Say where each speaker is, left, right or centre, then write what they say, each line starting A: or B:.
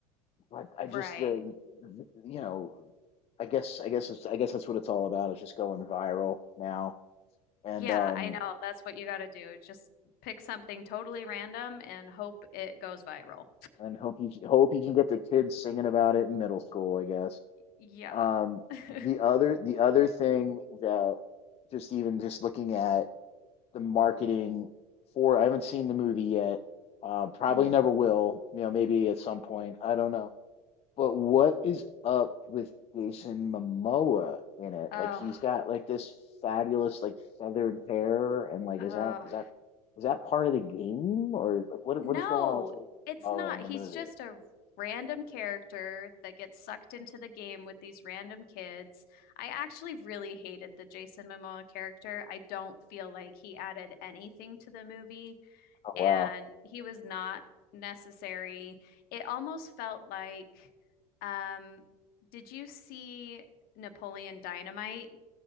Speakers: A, on the left; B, on the left.
A: But I
B: Right.
A: just the you know I guess I guess it's I guess that's what it's all about. It's just going viral now, and
B: Yeah,
A: um
B: I know. That's what you got to do. Just pick something totally random and hope it goes viral.
A: and hope you hope you can get the kids singing about it in middle school. I guess.
B: Yeah.
A: Um,
B: <laughs>
A: the other the other thing that just even just looking at the marketing for I haven't seen the movie yet. Uh, probably
B: hmm
A: never will. You know, maybe at some point. I don't know. But what is up with Jason Momoa in it?
B: Oh,
A: Like he's got like this fabulous like feathered hair and like
B: oh.
A: is that is
B: <laughs>
A: that is that part of the game or like what
B: No,
A: what is going on with Jason
B: it's
A: Momoa
B: not.
A: in the
B: He's
A: movie?
B: just a random character that gets sucked into the game with these random kids. I actually really hated the Jason Momoa character. I don't feel like he added anything to the movie,
A: Oh wow.
B: and he was not necessary. It almost felt like, um, did you see Napoleon Dynamite?